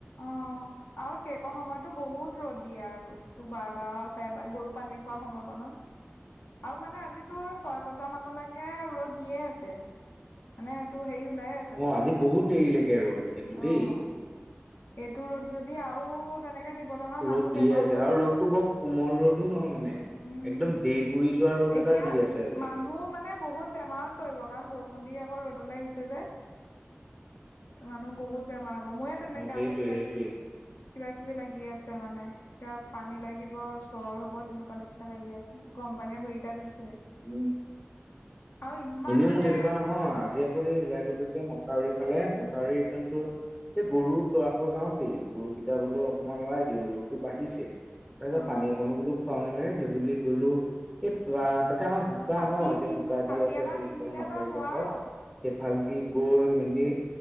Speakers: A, on the left; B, in the centre.
A: অ'। আৰু সেইকণ সময়তো বহুত ৰ'দ দিয়ে আৰু তোৰ বাৰটা চাৰেবাৰ গৰু পানী খোৱা সময়কনত। আৰু মানে আজি তোৰ ছয় বজা মানলৈকে ৰ'দ দিয়ে আছে। মানে তোৰ হেৰি ওলাইয়ে আছে।
B: অ', আজি বহুত দেৰিলৈকে ৰ'দ কিন্তু
A: অ'।
B: দেই।
A: এইটো ৰ'দ যদি আৰু তেনেকে দিবলৈ হয়।
B: ৰ'দ
A: মানুহ
B: দিয়ে
A: বেমাৰত
B: আছে
A: পৰিছে
B: আৰু ৰ'দটো বৰ কোমল ৰ'দো নহয় মানে।
A: উম
B: একদম দেই পুৰি যোৱা ৰ'দ
A: এতিয়া
B: এটা দি আছে আজি।
A: মানুহ মানে বহুত বেমাৰত পৰিব কাৰণ বৰষুণ দি আকৌ ৰ'দলৈ আহিছে যে। মানুহ বহুত বেমাৰ হ'ব মোৰে তেনে
B: অ
A: গাটো
B: সেইটোৱে
A: কিবা
B: সেইটোৱে
A: কিবি লে কিবা কিবি লাগি আছে মানে। কিবা পানী লাগিব জ্বৰ হ'ব তেনেকুৱা নিচিনা লাগি আছে গৰম পানীয়ে ভৰিকেইটা ধুইছোহে।
B: উম।
A: আৰু ইমান
B: এনেই
A: মানে
B: মোৰ তেনেকুৱা নহয় আজি আকৌ সেই ওলাই গলো যে মথাউৰি ফালে মথাউৰি একদম তোৰ এই গৰু ল'ৰাব যাওঁতেই গৰুকেইটা
A: অ
B: বোলো অকমান লৰাই দিওঁ ৰ'দটো বাঢ়িছে। তাৰ পিছত
A: অ
B: পানী অকনো বোলো খুৱাওঁগে সেইবুলি গলো। এই বা তাতে আমাৰ বোকা
A: ছাতি
B: ন এতিয়া
A: নি
B: বোকা
A: ছাতি
B: দি আছে
A: এটা
B: পিছফালে
A: নিনিলে
B: মাথাউৰিৰ
A: তই নোৱাৰ
B: কাষত
A: অ
B: সেইফাল গৈ মেলি।